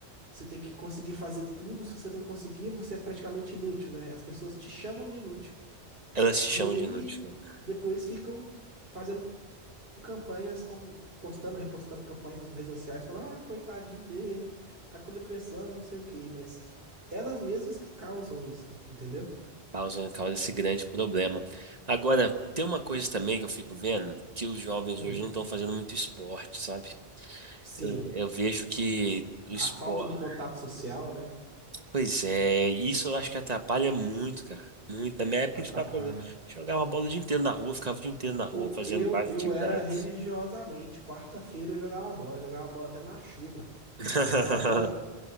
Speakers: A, on the right; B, on the right.
A: você tem que conseguir fazer tudo. Se você não conseguir, você é praticamente inútil, né? As pessoas te chamam de inútil.
B: Elas se
A: E
B: chamam
A: aí
B: de nudes, cara.
A: depois ficam fazendo campanhas como postando, repostando campanhas nas redes sociais, falando, ah, coitadinho dele, tá com depressão e não sei o quê, mas elas mesmas que causam isso, entendeu?
B: Causam, causa esse grande problema. Agora, tem uma coisa também que eu fico vendo, que os jovens
A: Hum,
B: hoje não estão fazendo muito esporte, sabe?
A: sim,
B: Eu, eu vejo que o
A: a
B: esporte.
A: falta do contato social, né,
B: Pois é, isso eu acho que atrapalha muito, cara. Muito. Na minha época
A: atrapalha.
B: a gente ficava jogando, jogava bola o dia inteiro na rua, ficava o dia inteiro na rua
A: Pô,
B: fazendo
A: eu
B: várias
A: eu
B: atividades.
A: era religiosamente, quarta-feira eu jogava bola, jogava bola até na chuva.
B: <laughs>
A: Eu jogava bola